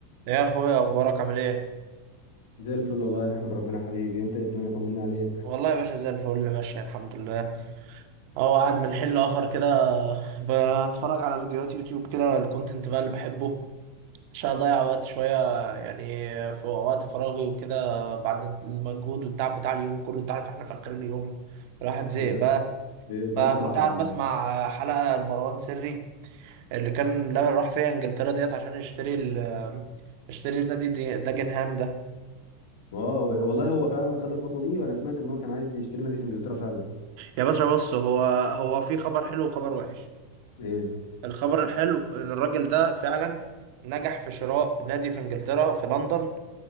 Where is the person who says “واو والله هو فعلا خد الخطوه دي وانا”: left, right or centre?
Left